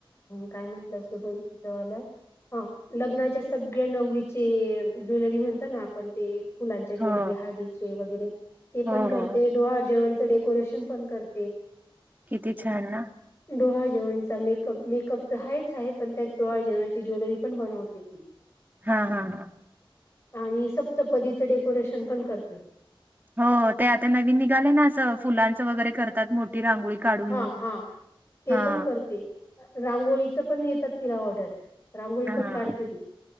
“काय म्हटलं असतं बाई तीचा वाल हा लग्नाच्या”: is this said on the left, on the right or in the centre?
Left